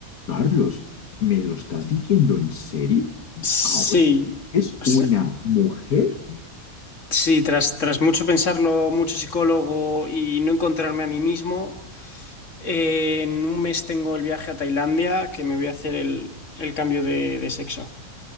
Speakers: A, on the left (about 80°); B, on the left (about 55°).
A: Carlos, ¿me lo estás diciendo en serio?
B: Sí,
A: Ahora es
B: sí,
A: una mujer.
B: sí, tras, tras mucho pensarlo, mucho psicólogo y no encontrarme a mí mismo, eh, en un mes tengo el viaje a Tailandia que me voy a hacer el, el cambio de, de sexo.